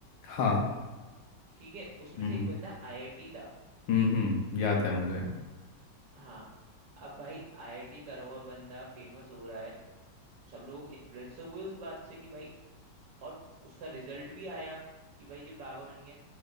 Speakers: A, on the left; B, on the right.
A: हाँ
B: ठीक है उसमें
A: हम्म
B: से एक बंदा आईआईटी था
A: हम्म हम्म, याद है मुझे
B: हाँ अब भाई आईआईटी करा हुआ बंदा फेमस हो रहा है सब लोग इन्फ्लुएंस हुए उस बात से कि भाई और उसका रिजल्ट भी आया कि भाई ये बाबा बन गया